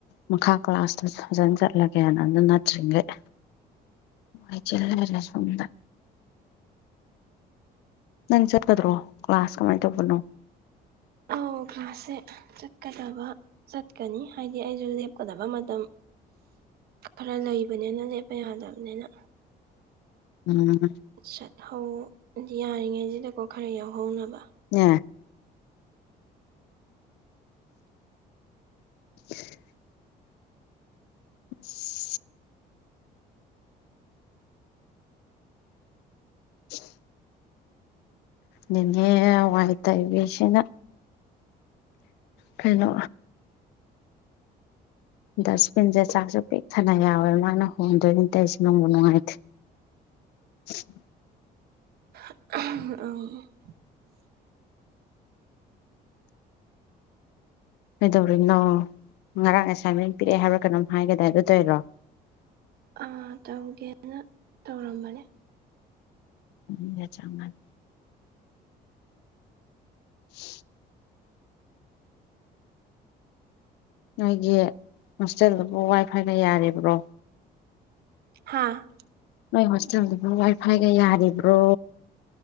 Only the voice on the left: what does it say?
ꯃꯈꯥ ꯀ꯭ꯂꯥꯁꯇꯨ ꯐꯖꯅ ꯆꯠꯂꯒꯦꯅ ꯑꯗꯨ ꯅꯠꯇ꯭ꯔꯤꯉꯩ ꯋꯥꯏ ꯆꯤꯜꯂꯩꯔꯦ ꯁꯦꯝꯗ ꯅꯪ ꯆꯠꯀꯗ꯭ꯔꯣ ꯀ꯭ꯂꯥꯁ ꯀꯃꯥꯏꯅ ꯇꯧꯕꯅꯣ
ꯎꯝ
<unintelligible> <inaudible> <inaudible> <inaudible> ꯅꯦꯅꯦ ꯋꯥꯏ ꯇꯩꯕꯤꯁꯤꯅ ꯀꯩꯅꯣ ꯗꯁꯕꯤꯟꯁꯦ ꯆꯥꯛꯁꯨ ꯄꯤꯛ ꯊꯟꯅ ꯌꯥꯎꯋꯦ ꯃꯥꯅ ꯍꯣꯟꯗꯣꯛꯏꯅꯦ ꯇꯧꯏꯁꯦ ꯅꯨꯡꯕꯨ ꯅꯨꯡꯉꯥꯏꯇꯦ <inaudible>
ꯀꯩꯗꯧꯔꯤꯅꯣ ꯉꯔꯥꯡ ꯑꯦꯁꯥꯏꯟꯃꯦꯟ ꯄꯤꯔꯛꯑꯦ ꯍꯥꯏꯕ꯭ꯔꯥ ꯀꯩꯅꯣꯝ ꯍꯥꯏꯒꯤꯗꯥꯏ ꯑꯗꯨ ꯇꯧꯏꯔꯣ
ꯎꯝꯅ ꯆꯪꯉꯟ <unintelligible> ꯅꯣꯏꯒꯤ ꯍꯣꯁꯇꯦꯜꯗꯨꯕꯨ ꯋꯥꯏ ꯐꯥꯏꯒ ꯌꯥꯔꯤꯕ꯭ꯔꯣ
ꯅꯣꯏ ꯍꯣꯁꯇꯦꯜꯗꯨꯕꯨ ꯋꯥꯏ ꯐꯥꯏꯒ ꯌꯥꯔꯤꯕ꯭ꯔꯣ